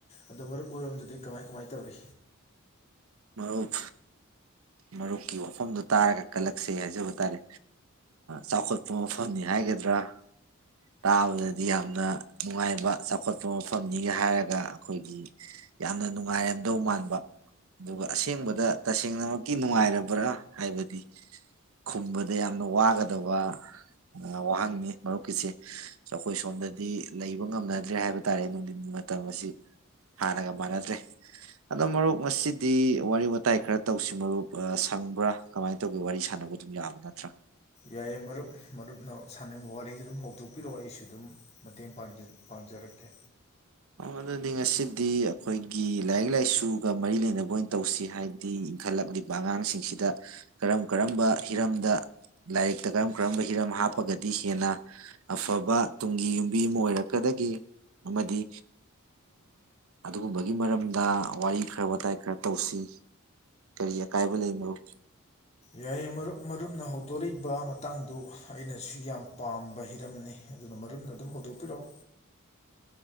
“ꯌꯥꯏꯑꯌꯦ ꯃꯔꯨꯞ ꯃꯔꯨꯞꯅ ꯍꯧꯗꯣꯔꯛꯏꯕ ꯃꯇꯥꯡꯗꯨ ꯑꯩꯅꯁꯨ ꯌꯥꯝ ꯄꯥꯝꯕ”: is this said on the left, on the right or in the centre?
Left